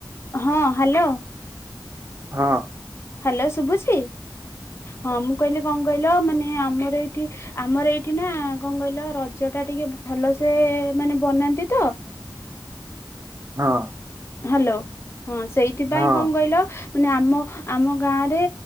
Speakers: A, on the left; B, on the right.
A: ହଁ ହ୍ୟାଲୋ।
B: ହଁ।
A: ହ୍ୟାଲୋ ଶୁଭୁଛିି? ହଁ ମୁଁ କହିଲି କଣ କହିଲ? ମାନେ ଆମର ଏଇଠି ଆମର ଏଇଠି ନା କଣ କହିଲ ରଜ ଟା ଟିକେ ଭଲ ସେ ମାନେ ବନାନ୍ତି ତ।
B: ହଁ।
A: ହାଲୋ। ହଁ ସେଇଥିପାଇଁ
B: ହଁ
A: କଣ କହିଲ ମାନେ ଆମ ଆମ ଗାଁରେ